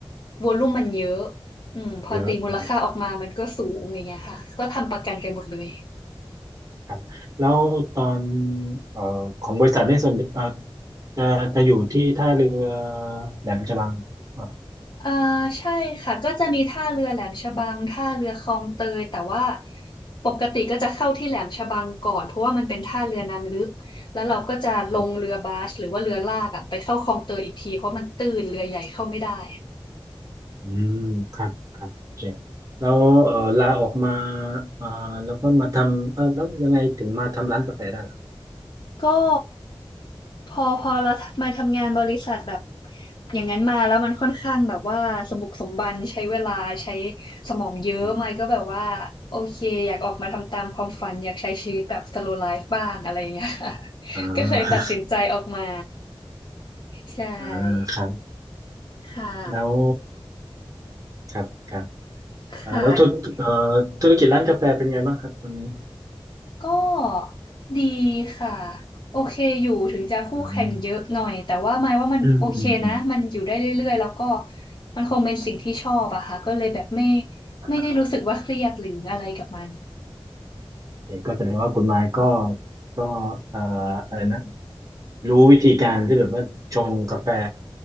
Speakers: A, on the left (about 55°); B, on the right (about 35°).
A: วอลลุ่มมันเยอะอืมพอตีมูลค่าออกมามันก็สูงอย่างเงี้ยค่ะก็ทำประกันกันหมดเลย
B: เยอะอืมครับแล้วตอนเอ่อของบริษัทนี่ส่วนเอ่อจะจะอยู่ที่ท่าเรือแหลมฉบังอ
A: เอ่อใช่ค่ะก็จะมีท่าเรือแหลมฉบังท่าเรือคลองเตยแต่ว่าปกติก็จะเข้าที่แหลมฉบังก่อนเพราะว่ามันเป็นท่าเรือน้ำลึกแล้วเราก็จะลงเรือบาสหรือว่าเรือลากอะไปเข้าคลองเตยอีกทีเพราะมันตื้นเรือใหญ่เข้าไม่ได้
B: ่ะ อืมครับครับโอเคแล้วเออลาออกมาอ่าแล้วก็มาทำเออแล้วยังไงถึงมาทำร้านกาแฟได้ล่ะ
A: ก็ พอพอเรามาทำงานบริษัทแบบอย่างนั้นมาแล้วมันค่อนข้างแบบว่าสมบุกสมบันใช้เวลาใช้สมองเยอะมายก็แบบว่าโอเคอยากออกมาทำตามความฝันอยากใช้ชีวิตแบบ
B: อืม
A: slow life บ้างอะไรอย่างเงี้ย <laughs> ค่ะ <laughs>
B: อ่า
A: ก็เลยตัดสินใจออกมา
B: <laughs>
A: ใช่
B: อ่าครับ
A: ค่ะ
B: แล้วครับครับ
A: ค่ะ
B: อ่าแล้วธุรเอ่อธุรกิจร้านกาแฟเป็นไงบ้างครับตอนนี้
A: ก็ดีค่ะโอเคอยู่ถึงจะคู่แข่งเยอะหน่อยแต่ว่าหมายว่ามันโอเคนะมันอยู่ได้เรื่อยๆแล้วก็
B: อืมอืมอืมอืม
A: มันคงเป็นสิ่งที่ชอบอะค่ะก็เลยแบบไม่
B: อ่า
A: ไม่ได้รู้สึกว่าเครียดหรืออะไรกับมัน
B: เอกก็แสดงว่าคุณไม้ก็ก็เอ่ออะไรนะรู้วิธีการที่แบบว่าชงกาแฟ